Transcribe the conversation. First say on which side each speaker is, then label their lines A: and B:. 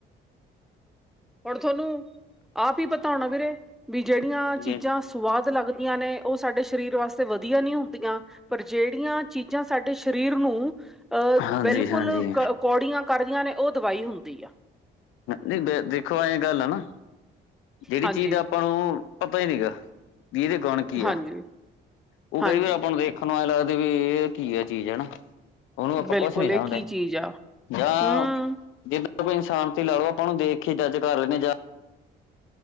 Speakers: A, in the centre; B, on the left.
A: ਹੁਨ ਥੋਨੂੰ ਆਪ ਈ ਪਤਾ ਹੋਨਾ ਵੀਰੇ, ਜੇਹੜੀਆਂ
B: ਹਾਂਜੀ।
A: ਚੀਜਾਂ ਸਵਾਦ ਲੱਗਦੀਆਂ ਨੇ ਓ ਸਾਡੇ ਸ਼ਰੀਰ ਵਾਸਤੇ ਵਧੀਆ ਨਈਂ ਹੁੰਦੀਆਂ, ਪਰ ਜੇਹੜੀਆਂ ਚੀਜਾਂ ਸਾਡੇ ਸ਼ਰੀਰ ਨੂੰ ਆ
B: ਹਾਂਜੀ,
A: ਬਿਲਕੁਲ
B: ਹਾਂਜੀ
A: ਕ ਕੌੜੀਆਂ ਕਰਦੀਆਂ ਨੇ ਓ ਦਵਾਈ ਹੁੰਦੀ ਆ।
B: ਨਈਂ ਦੇਖੋ, ਐਂ ਗੱਲ ਆ ਨਾ ਜੇੜੀ
A: ਹਾਂਜੀ
B: ਚੀਜ ਆਪਾਂ ਨੂੰ ਪਤਾ ਈ ਨੀ ਗਾ ਵੀ ਇਦੇ ਗੁਣ ਕੀ
A: ਹਾਂਜੀ
B: ਆ, ਓ
A: ਹਾਂਜੀ
B: ਕਈ ਵਾਰ ਆਪਾਂ ਨੂੰ ਦੇਖ ਸਾਨੂੰ ਐਂ ਲੱਗਦਾ ਵੀ ਘੀਆ ਚੀਜ਼ ਐ ਨਾ। ਓਨੂੰ ਆਪਾਂ
A: ਬਿਲਕੁਲ
B: ਕੁਛ ਨੀ ਸਮਜਦੇ
A: ਇਹ ਕੀ ਚੀਜ਼ ਆ
B: ਜਾਂ <unintelligible>
A: ਹਮ
B: ਕੋਈ ਇਨਸਾਨ ਤੇ ਲਓ ਆਪਾਂ ਓਨੂੰ ਦੇਖ ਕੇ ਜੱਜ ਕਰ ਲੈਂਦੇ ਜਾਂ